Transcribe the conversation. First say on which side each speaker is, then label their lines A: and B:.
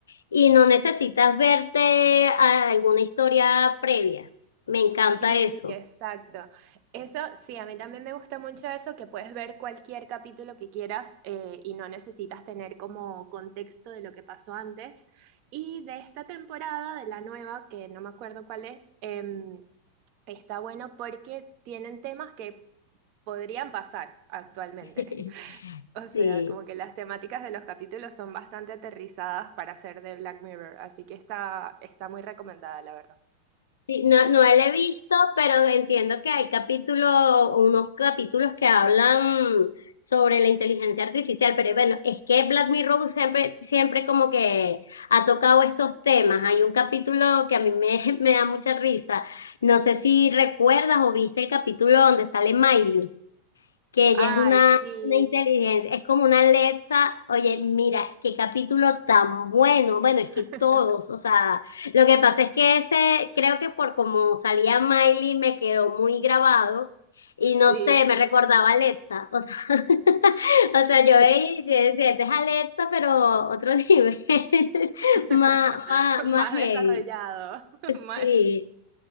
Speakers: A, on the left; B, on the right.
A: y no necesitas verte a- alguna historia previa. Me encanta
B: Sí,
A: eso.
B: exacto. Eso, sí, a mí también me gusta mucho eso, que puedes ver cualquier capítulo que quieras eh, y no necesitas tener como contexto de lo que pasó antes. Y de esta temporada, de la nueva, que no me acuerdo cuál es, em, está bueno porque tienen temas que podrían pasar actualmente.
A: <laughs>
B: <laughs> O sea,
A: Sí.
B: como que las temáticas de los capítulos son bastante aterrizadas para ser de Black Mirror, así que está, está muy recomendada, la verdad.
A: Sí, No, no la he visto, pero entiendo que hay capítulos, unos capítulos que hablan sobre la inteligencia artificial, pero bueno, es que Black Mirror siempre, siempre como que ha tocado estos temas. Hay un capítulo que a mí me, <laughs> me da mucha risa. No sé si recuerdas o viste el capítulo donde sale Miley que ella
B: Ay,
A: es una,
B: sí.
A: una inteligencia, es como una Alexa, oye, mira, qué capítulo tan bueno, bueno, es
B: <laughs>
A: que todos, o sea, lo que pasa es que ese, creo que por como salía Miley me quedó muy grabado y
B: Sí,
A: no sé, me recordaba a Alexa, o sea, <laughs> o sea,
B: sí.
A: yo veía y yo decía, este es Alexa, pero otro nivel, <laughs>
B: <laughs>
A: más, más, más
B: Más
A: heavy,
B: desarrollado, <laughs> mal.
A: sí,